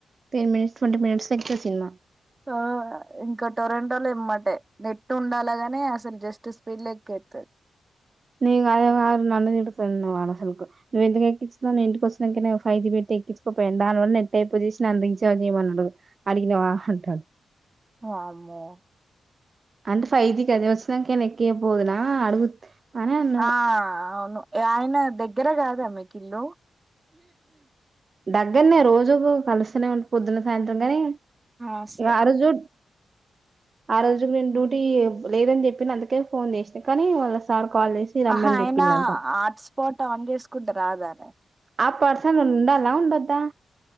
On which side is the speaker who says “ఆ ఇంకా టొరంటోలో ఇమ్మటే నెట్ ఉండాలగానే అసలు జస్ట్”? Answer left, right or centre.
Right